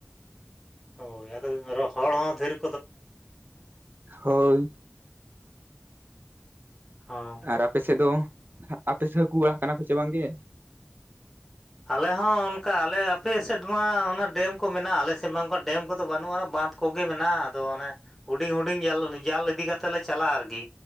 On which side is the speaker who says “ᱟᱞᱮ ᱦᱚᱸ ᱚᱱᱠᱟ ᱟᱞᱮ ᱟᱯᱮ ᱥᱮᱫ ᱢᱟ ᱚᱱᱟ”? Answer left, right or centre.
Centre